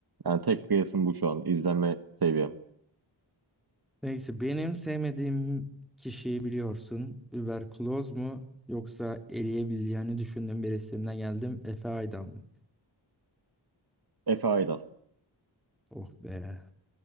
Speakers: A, on the right; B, in the centre.
A: Yani tek kıyasım bu şu an. izleme seviyem.
B: Neyse benim sevmediğim kişiyi biliyorsun. Überkloz mu yoksa eleyebileceğini düşündüğüm bir isimden geldim. Efe Aydan mı?
A: Efe Aydal. <laughs>
B: Oh be.